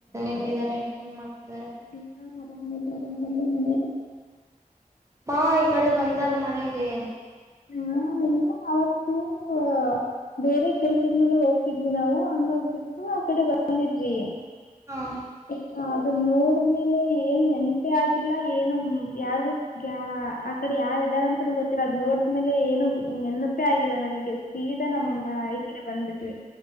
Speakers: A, on the right; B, on the left.
A: ಹೆಂಗಿದ್ದಾರೆ ಏನ್ ಮಾಡ್ತಿದ್ದಾರೆ.
B: ಎಲ್ಲರೂ ಆರಾಮ ಇದಾರೆ ಇಗ್ ಹೇಳಲ್ಲ
A: ಬಾ ಈ ಕಡೆ ಬಂದಾಗ ಮನೆಗೆ. <inaudible>
B: ಹಾ ಇಲ್ಲ ಅವತ್ತು. <inaudible> ತ ಬೇರೆ ಕೆಲಸದ ಮೇಲೆ ಹೋಗ್ತಿದ್ವಿ ನಾವು ಹಂಗ ಆಗಿ ಬಿಟ್ಟ ಸು ಆ ಕಡೆ ಬಂದಿದ್ವಿ. <inaudible>
A: ಹ
B: <unintelligible> ನಾ ಅದನ ನೋಡದ ಮೇಲೆ ಏನ್ ನೆನಪೆ ಆಗಿಲ್ಲ ಏನು ಯಾರ್ಗು ಗ್ಯಾ ಆ ಕಡೆ ಯಾರ ಇದ್ದರೆ ಅಂತನು ಗೊತ್ತಿಲ್ಲ ಅದ್ ನೋಡದ ಆಮೇಲೆ ಏನು ನೆನಪೇ ಆಗಿಲ್ಲ ನನಗೆ ಸೀದಾ ನಮ್ಮ
A: ಹ್ಮ್
B: ಈ ಕಡೆ ಬಂದ್ಬಿಟ್ವಿ.